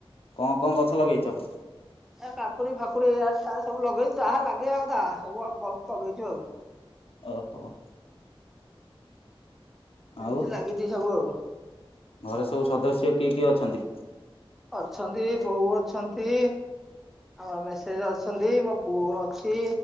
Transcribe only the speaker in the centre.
ଏ କାକୁଡ଼ି ଫାକୁଡ଼ି ଏୟାର ସାର୍ ସବୁ ଲଗେଇଛୁ ଯାହା ଲାଗିବା କଥା ସବୁ ଅଳ୍ପ ଅଳ୍ପ ଲଗେଇଛୁ ଆଉ।
ଏମିତି
ଲାଗିଛି ସବୁ ଆଉ।
ଅଛନ୍ତି ବୋଉ ଅଛନ୍ତି, ଆମର ମେସେଜ ଅଛନ୍ତି, ମୋ ପୁଅ ଗୋର ଅଛି